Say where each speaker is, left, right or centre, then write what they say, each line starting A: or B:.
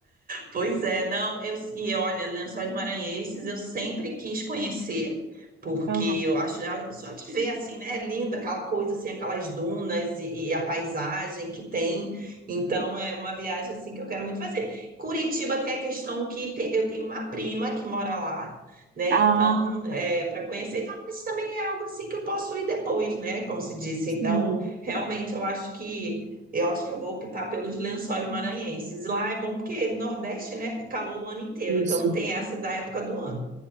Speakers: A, on the right; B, on the right.
A: Pois é, não, eu, e olha, Lençóis Maranhenses eu sempre quis conhecer, porque
B: Aham.
A: eu acho, só de ver assim, né, é lindo aquela coisa assim, aquelas dunas e, e a paisagem que tem, então é uma viagem assim que eu quero muito fazer. Curitiba tem a questão que tem- eu tenho uma prima que mora lá, né,
B: Ah,
A: então é, para conhecer, então, mas também é algo assim que eu posso ir depois, né, como se disse,
B: sim,
A: então realmente eu acho que eu acho que eu vou optar pelos lençóis maranhenses. Lá é bom porque Nordeste, né? é Calor o ano inteiro,
B: isso.
A: então não tem essa da época do ano.